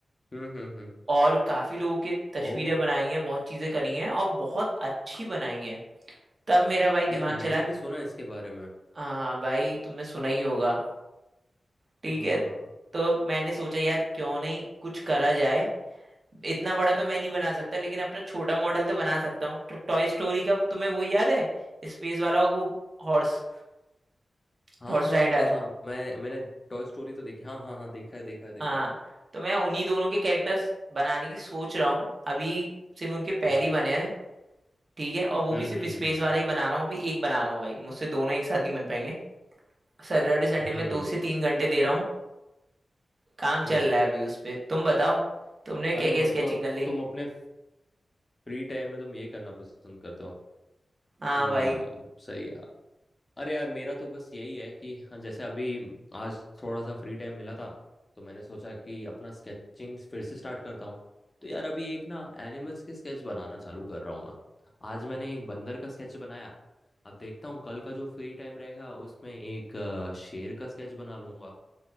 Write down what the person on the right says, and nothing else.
और काफी लोगों के तस्वीरें
बनाई हैं बहुत चीजें करी हैं और बहुत अच्छी बनाई हैं तब मेरा भाई दिमाग
चला
हाँ भाई तुमने सुना ही होगा ठीक
है तो मैंने सोचा यार क्यों नहीं कुछ करा जाए इतना बड़ा तो मैं नहीं बना सकता लेकिन अपना छोटा मॉडल तो बना सकता हूँ तो टॉय स्टोरी का तुम्हें वो याद है स्पेस वाला वो हॉर्स
हॉर्स
राइडर
हाँ
तो मैं उन्हीं दोनों के कैरेक्टर्स बनाने की सोच रहा हूँ अभी सिर्फ उनके पैर
ही बने हैं ठीक है और वो
भी सिर्फ
स्पेस वाले ही बना रहा हूँ अभी एक बना रहा हूँ भाई मुझसे दोनों एक साथ नहीं बन पाएंगे सैटरडे संडे
में
दो से तीन घंटे दे रहा हूँ काम
चल रहा है अभी उस पे तुम बताओ तुमने क्या
क्या
स्केचिंग कर ली
हाँ
भाई